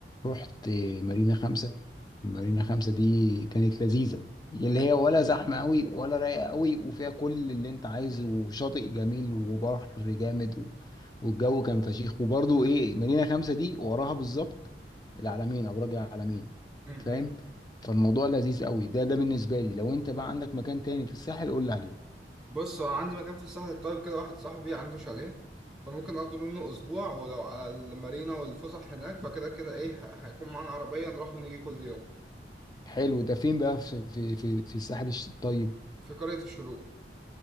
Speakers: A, on the left (about 20°); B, in the centre.
A: رحت مارينا خمسة مارينا خمسة دي كانت لذيذه اللي هي ولا زحمه قوي ولا رايقه قوي وفيها كل اللي انت عايزه وشاطئ جميل وبحر جامد و... والجو كان فشيخ وبرضه ايه مارينا خمسة دي وراها بالظبط العلمين ابراج العلمين
B: م-م.
A: فاهم فالموضوع لذيذ قوي ده ده بالنسبه لي لو انت بقى عندك مكان تاني في الساحل قول لي عليه
B: بص هو عندي مكان في الساحل الطيب كده واحد صاحبي عنده شاليه فممكن اخده منه اسبوع ولو على المارينا والفسح هناك فكده كده ايه ه- هيكون معانا عربية نروح ونيجي كل يوم
A: حلو ده فين بقى في في في, في الساحل الش- الطيب
B: في قرية الشروق